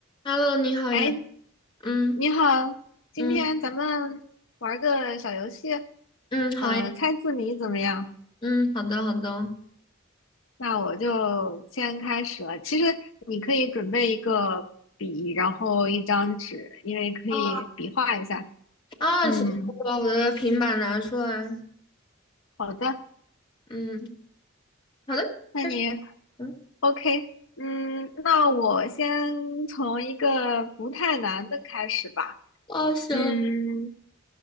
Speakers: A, on the left; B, on the left.
A: Hello，你好呀，
B: 哎，
A: 嗯
B: 你好，今天咱们玩个小游戏，
A: 嗯嗯，好呀，
B: 呃，猜字谜怎么样？
A: 嗯，好的好的，
B: 那我就先开始了。其实你可以准备一个笔，然后一张纸，因为可以比划一下。
A: 啊啊，
B: 嗯，
A: 行，我把我的平板拿出来，
B: 好的，
A: 嗯，好的，
B: 那你
A: 开始，嗯，
B: OK？嗯，那我先从一个不太难的开始吧。
A: 哦，行，
B: 嗯，